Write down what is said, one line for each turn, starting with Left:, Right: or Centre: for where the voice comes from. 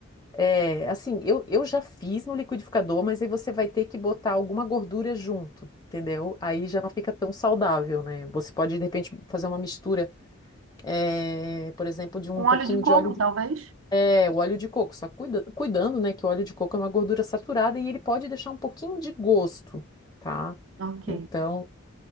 Left: É, assim, eu, eu já fiz no liquidificador, mas aí você vai ter que botar alguma gordura junto, entendeu? Aí já não fica tão saudável, né? Você pode, de repente, fazer uma mistura, eh, por exemplo, de um
Right: Um óleo
Left: pouquinho
Right: de coco,
Left: de óleo de
Right: talvez?
Left: é, o óleo de coco, só cuida- cuidando, né, que o óleo de coco é uma gordura saturada e ele pode deixar um pouquinho de gosto, tá?
Right: Ok.
Left: Então,